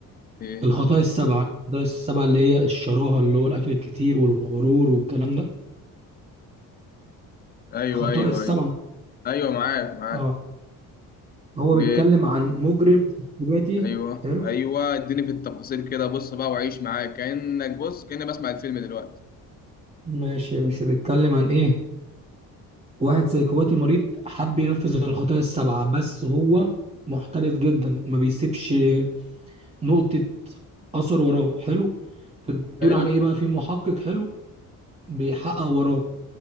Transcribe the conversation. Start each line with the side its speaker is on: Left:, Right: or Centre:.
Left: ايه
Right: الخطايا السبعة الخطايا السبعة اللي هي الشراهة اللي هو الاكل الكتير والغرور والكلام ده
Left: ايوه
Right: خطايا
Left: ايوه
Right: السبعة
Left: ايوه ايوه معاك معاك
Right: اه هو
Left: ب...
Right: بيتكلم عن مجرم سيكوباتي
Left: ايوه
Right: حلو
Left: ايوه اديني في التفاصيل كده بص بقى وعيش معاك كانك بص كاني بسمع الفيلم دلوقتي
Right: ماشي يا باشا بيتكلم عن ايه واحد سيكوباتي مريض حب ينفذ الخطايا السبعة بس هو محترف جدا ما بيسيبش نقطة أثر وراه حلو بتدور
Left: حلو
Right: عن ايه بقى في محقق حلو بيحقق وراه